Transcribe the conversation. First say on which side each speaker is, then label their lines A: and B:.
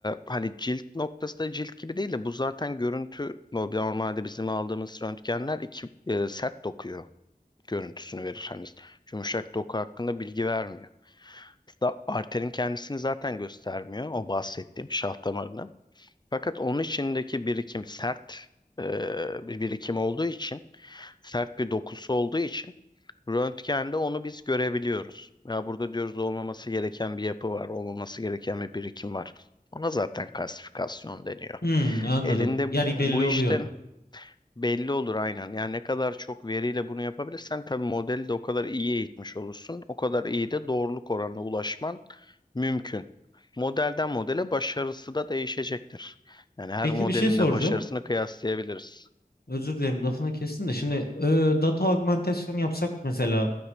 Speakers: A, on the left (about 25°); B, on the left (about 75°).
A: hani cilt noktası da cilt gibi değil de bu zaten görüntü normalde bizim aldığımız röntgenler iki e, sert dokuyor görüntüsünü verir. Hani yumuşak doku hakkında bilgi vermiyor. Hatta arterin kendisini zaten göstermiyor o bahsettiğim şah damarını. Fakat onun içindeki birikim sert e, bir birikim olduğu için, sert bir dokusu olduğu için röntgende onu biz görebiliyoruz. Ya burada diyoruz olmaması gereken bir yapı var, olmaması gereken bir birikim var. Ona zaten kalsifikasyon deniyor.
B: Hmm, anladım.
A: Elinde
B: Yani
A: bu
B: belli oluyor.
A: işte Belli olur aynen. Yani ne kadar çok veriyle bunu yapabilirsen tabii modeli de o kadar iyi eğitmiş olursun. O kadar iyi de doğruluk oranına ulaşman mümkün. Modelden modele başarısı da değişecektir. Yani her
B: Peki
A: modelin
B: bir şey soracağım.
A: de başarısını kıyaslayabiliriz.
B: Özür dilerim lafını kestim de şimdi e, data augmentasyon yapsak mesela